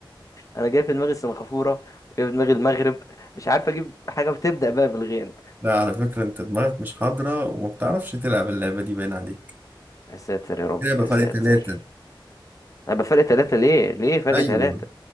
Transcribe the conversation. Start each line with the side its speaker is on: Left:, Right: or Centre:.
Left: انا جاي في دماغي سنغافورة وجاي في دماغي المغرب مش عارف اجيب حاجة بتبدأ بقى بالغين
Right: لا على فكرة انت دماغك مش حاضرة وما بتعرفش تلعب اللعبة دي باين عليك
Left: يا ساتر يا رب
Right: لعبة
Left: يا
Right: فرق
Left: ساتر
Right: ثلاثة
Left: انا بفرق ثلاثة ليه ليه فرق
Right: ايوه
Left: ثلاثة